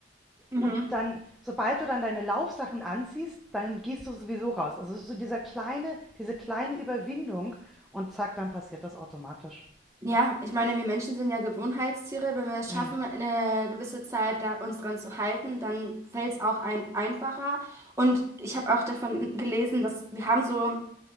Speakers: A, on the right; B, in the centre.
A: mm.
B: Und dann, sobald du dann deine Laufsachen anziehst, dann gehst du sowieso raus. Also so dieser kleine, diese kleine Überwindung und zack, dann passiert das automatisch.
A: Ja, ich meine, wir Menschen sind ja Gewohnheitstiere. Wenn wir es
B: Mhm.
A: schaffen, eine gewisse Zeit da uns dran zu halten, dann fällt es auch ein einfacher. Und ich habe auch davon gelesen, dass wir haben so